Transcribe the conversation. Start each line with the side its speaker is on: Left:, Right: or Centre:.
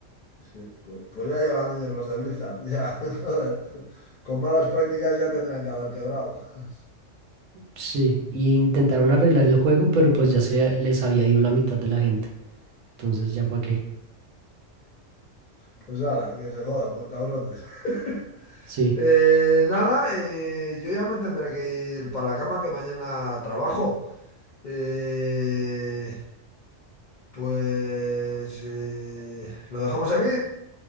Left: sí. Pues, pues ya llevan ellos los de Blizzard, ya, <laughs> joder. Con malas prácticas ya tendrían que haber quebrado. <laughs>
Right: Sí, y intentaron arreglar el juego, pero pues ya se les había ido la mitad de la gente, entonces ya para qué.
Left: Pues ala, que se jodan por cabrones. <laughs>
Right: Sí,
Left: Eh, nada, eh, yo ya me tendré que ir para la cama que mañana trabajo. Eh, pues eh, lo dejamos aquí.